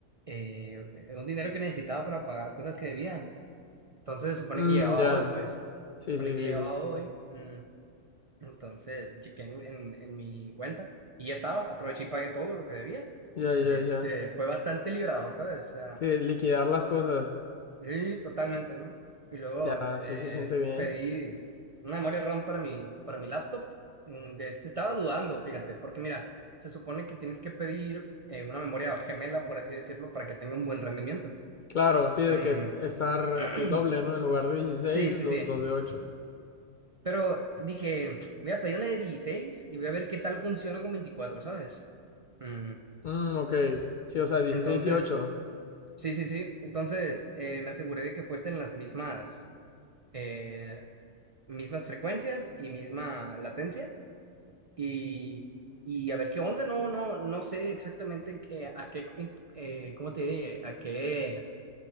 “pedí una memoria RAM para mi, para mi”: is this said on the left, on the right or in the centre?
Right